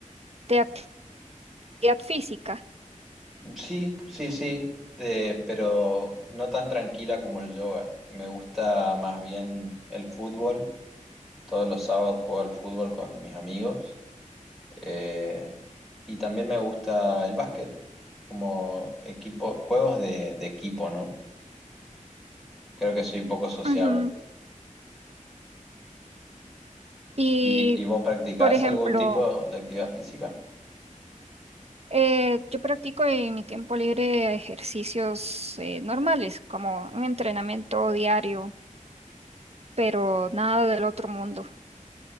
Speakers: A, on the right; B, in the centre.
A: de actividad actividad física.
B: Sí, sí, sí, de, pero no tan tranquila como el yoga. Me gusta más bien el fútbol. Todos los sábados juego al fútbol con mis amigos. Eh, y también me gusta el básquet. como equipo, juegos de, de equipo, ¿no? Creo que soy un poco sociable.
A: Ujú. Y,
B: ¿Y, y vos practicás
A: por ejemplo,
B: algún tipo de actividad física?
A: eh, yo practico en mi tiempo libre ejercicios eh, normales, como un entrenamiento diario, pero nada del otro mundo.